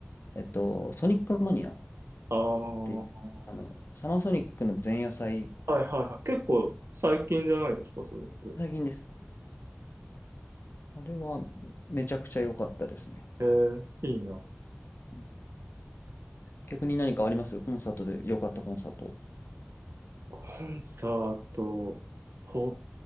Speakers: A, on the left; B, on the right.
A: えっと、ソニックマニアっ
B: ああ、は
A: ていう、あの、サマーソニックの前夜祭、
B: いはいはい。結構最近じゃないですか、それって。
A: 最近です。あれはめちゃくちゃ良かったですね。
B: ええいいな。
A: うん逆に何かありますコンサートで良かったコンサート。
B: コンサート、ポッ